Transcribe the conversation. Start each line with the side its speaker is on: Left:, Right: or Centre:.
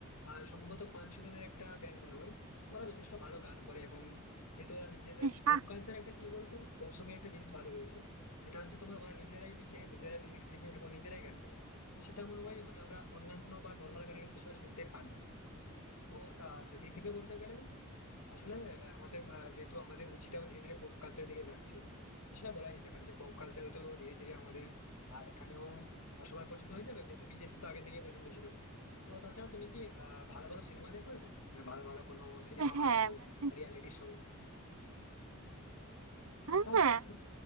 Left: আহ, সম্ভবত পাঁচ ছ জনের একটা ব্যান্ড মনে হয় তো ওরা যথেষ্ট ভালো গান করে এবং যেহেতু ওরা নিজেরাই
Right: সা-
Left: পপ কালচার একটা কি বলতো পপ সঙ্গে একটা জিনিস ভালো রয়েছে যেটা হচ্ছে তোমার ওরা নিজেরাই লিখে নিজেরাই লিরিক্স লিখে এবং নিজেরাই গান করে তো সেটা মনে হয় মানে আমরা অন্যান্য বা নর্মাল গানে কিন্তু সেটা শুনতে পাই না তো আহ সেদিক থেকে বলতে গেলে আসলে আহ, আমাদের আহ, যেহেতু আমাদের রুচিটাও ধীরে ধীরে পপ কালচারের দিকে যাচ্ছে তো সেটা বলা যেতে পারে যে পপ কালচার তো ধীরে ধীরে আমাদের আহ, এখানেও সবার পছন্দ হয়ে যাবে যেহেতু বিদেশে তো আগে থেকেই পছন্দ ছিল তো তাছাড়া তুমি কি আহ ভালো ভালো সিনেমা দেখো এখন মানে ভালো ভালো কোনো সিনেমা
Right: হ্যাঁ
Left: বা কোনো
Right: মানে
Left: রিয়ালিটি শো
Right: হ্যাঁ
Left: দেখা হয় তোমার এখন?